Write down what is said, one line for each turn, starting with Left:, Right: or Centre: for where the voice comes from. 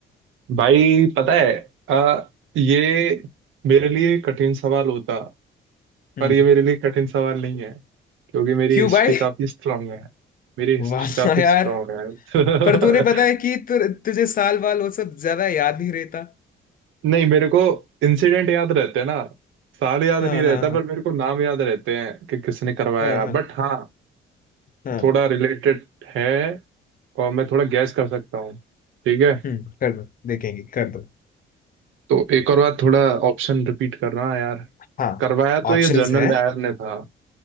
Right: भाई पता है अ, ये मेरे लिए कठिन सवाल होता
Left: हम्म
Right: पर ये मेरे लिए कठिन सवाल नहीं है क्योंकि मेरी
Left: क्यों
Right: हिस्ट्री
Left: भाई
Right: काफी स्ट्रांग है मेरी हिस्ट्री
Left: वाह
Right: काफी
Left: यार
Right: स्ट्रांग है
Left: पर तूने पता
Right: <laughs>
Left: है कि तु, तुझे साल वाल वो सब ज्यादा याद नहीं रहता
Right: नहीं मेरे को इंसिडेंट याद रहते हैं ना साल याद
Left: हाँ
Right: नहीं रहता
Left: हाँ हाँ
Right: पर मेरे को नाम याद रहते हैं कि किसने करवाया
Left: हाँ हाँ
Right: बट हाँ
Left: हाँ
Right: थोड़ा रिलेटेड है और मैं थोड़ा गैस कर सकता हूँ ठीक है
Left: हम्म कर दो देखेंगे कर दो
Right: तो एक और बार थोड़ा ऑप्शन रिपीट करना यार
Left: हाँ
Right: करवाया तो
Left: ऑप्शंस
Right: ये जनरल
Left: है
Right: डायर ने था